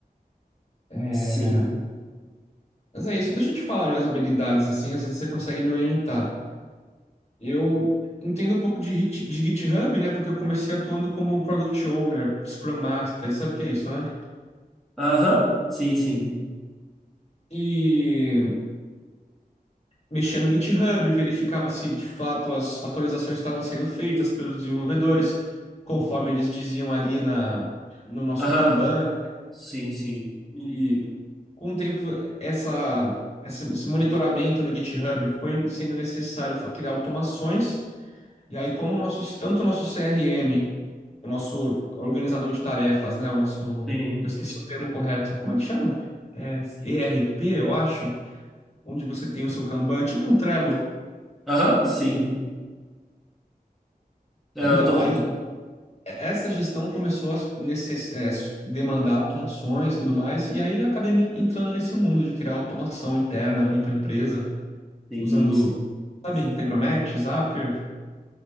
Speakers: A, on the left; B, in the centre.
A: É,
B: Sim.
A: Mas é isso. Deixa eu te falar minhas habilidades assim, às vezes você consegue me orientar. Eu entendo um pouco de, Git- de GitHub, né? Porque eu comecei atuando como Product Owner, Scrum Master, sabe o que é isso, né?
B: Aham. Sim, sim.
A: E mexia no GitHub, verificava se de fato as atualizações estavam sendo feitas pelos desenvolvedores, conforme eles diziam ali na, no nosso
B: Aham.
A: Kanban.
B: Sim, sim.
A: E com o tempo, essa, essa- esse monitoramento no GitHub foi sendo necessário fa- criar automações E aí, como o nosso, tanto o nosso CRM, o nosso organizador de tarefas, né? O nosso.
B: Sim.
A: Eu esqueci o termo correto. Como é que chama? É, ERP, eu acho. Onde você tem o seu Kanban, tipo um Trello.
B: Aham, sim. É,
A: É,
B: Eu
A: Então,
B: tô.
A: aí e- essa gestão começou a necess- é, s- demandar automações e tudo mais. E aí eu acabei me entrando nesse mundo de criar automação interna ali para a empresa,
B: Sim,
A: usando,
B: sim.
A: sabe, Integromat, Zapier.